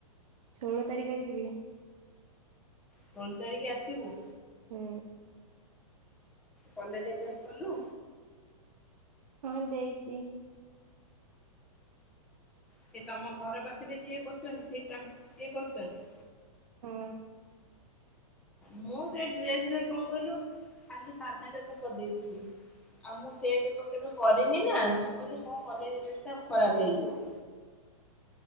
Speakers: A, on the right (about 75°); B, in the centre.
A: ଷୋହଳ ତାରିଖରେ ଯିବି।
B: ଷୋଳ ତାରିଖ ଆସିବୁ।
A: ହୁଁ।
B: କଲେଯେ ଡ୍ରେସ କଲୁ
A: ହଁ ଦେଇଚି।
B: ସେ ତମ ଘର ପାଖରେ ଯିଏ କରୁଚନ୍ତି ସେଇ ସିଏ କରୁଚନ୍ତି।
A: ହଁ
B: ମୁଁ ସେ ଡ୍ରେସ ରେ କଣ କହିଲୁ ଖାଲି ସାଧା ବେକ କରିଦେଇଛି। ଆଉ ମୁଁ ସେ ବେକ କେବେ କରିନି ନା କଲେ କଣ କଲେସ୍ ଖରାପ ହେଇଯିବ।